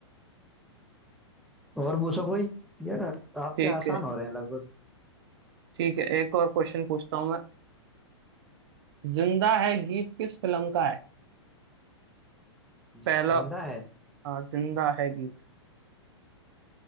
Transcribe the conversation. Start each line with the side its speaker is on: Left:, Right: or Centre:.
Centre: और पूछो कोई यार आपके
Right: ठीक
Centre: आसान
Right: है
Centre: हो रहे हैं लगभग
Right: ठीक है एक और क्वेश्चन पूछता हूँ मैं जिंदा है गीत किस फिल्म का है
Centre: जिंदा
Right: पहला
Centre: है
Right: हाँ, जिंदा है गीत